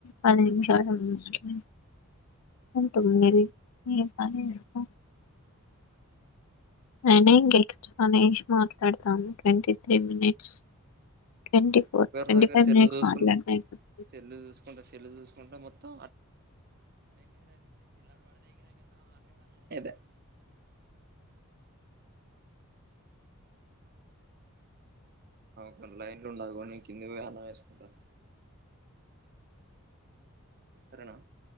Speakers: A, on the left (about 75°); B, on the right (about 45°).
A: పది నిమిషాలు మాట్లా తొమ్మిదిస్తా నేనే ఇంకెక్స్ట్ అనేసి మాట్లాడతాను twenty three minutes twenty four
B: ఇంరు
A: ట్వంటీ
B: దాకా
A: ఫైవ్
B: చెల్లు
A: మినిట్స్
B: చూసుకు
A: మాట్లాడితే అయిపోతుంది
B: చెల్లు చూసుకుంటే చెల్లు చూసుకుంటే మొత్తం <unintelligible> క లైంట్లు ఉండదు కొనీ నే కింది అన్నం వేసుకుంటా సరేనా